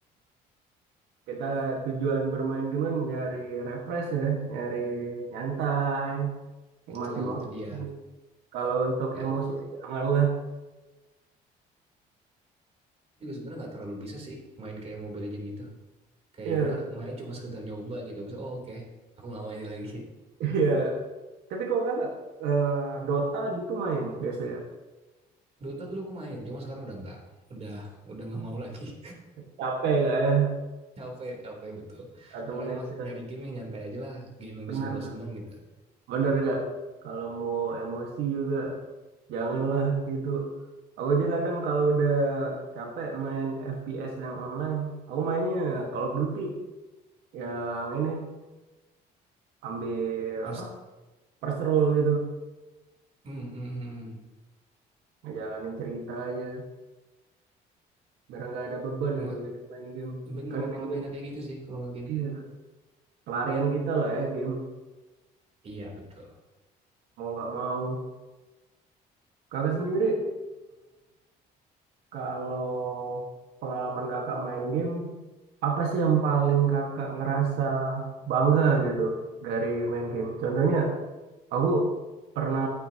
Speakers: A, on the right (about 85°); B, on the right (about 40°).
A: kita tujuan bermain game kan nyari refresh ya nyari nyantai nikmatin
B: betul
A: waktu
B: itu dia.
A: kalau untuk
B: Eh,
A: emosi janganlah
B: aku juga sebenarnya nggak terlalu bisa sih main kayak Mobile Legends gitu. Kayak
A: iya
B: ya udah main cuma sekedar nyoba gitu. Bisa, oh oke, aku nggak mainin lagi.
A: iya Tapi kalau kakak eh, Dota gitu main biasanya.
B: Dota dulu aku main, cuma sekarang udah nggak, udah udah nggak mau lagi.
A: Capek gak ya?
B: <laughs> capek, capek betul.
A: Satu
B: Sekarang
A: match
B: mas
A: ya.
B: nyari game yang nyantai aja lah, game yang
A: Bener.
B: bisa buat seneng gitu.
A: Bener gak? Kalau mau emosi juga janganlah gitu. Aku aja kadang kalau udah capek main FPS yang online, aku mainnya Call of Duty yang ini ambil
B: Yang
A: apa? First roll gitu.
B: hmm, hmm, hmm. hmm.
A: Ngejalanin cerita aja biar nggak ada beban
B: Emang
A: gitu kita main game.
B: bener
A: Kan
B: emang
A: game
B: lebih
A: kan
B: enak kayak gitu sih kalau nggak game.
A: iya, pelarian kita lah ya game
B: Iya betul.
A: mau nggak mau. Kakak sendiri Kalau pengalaman kakak main game, apa sih yang paling kakak ngerasa bangga gitu dari main game? Contohnya, aku pernah